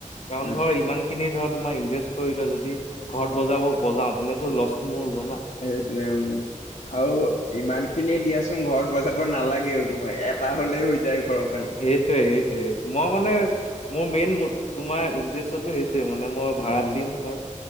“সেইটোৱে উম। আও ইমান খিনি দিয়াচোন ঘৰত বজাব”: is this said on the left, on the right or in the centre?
Left